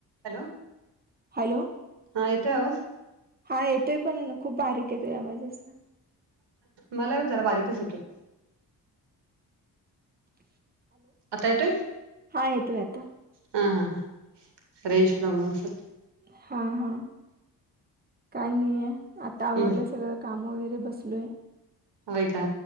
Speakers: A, on the right (about 75°); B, on the right (about 20°).
A: Hello!
B: Hello
A: हा येतोय आवाज?
B: हा येतोय पण खूप बारीक येतोय आवाज आसा
A: मला विचारा बारीकच येतोय
B: <unintelligible> ते-
A: आता येतोय?
B: येतोय आता
A: हा हा हा रेंज प्रॉब्लेम असलं
B: हा हा काही नाहीये आता
A: हम्म
B: आवरलं सगळं काम वगैरे बसलोय
A: होय का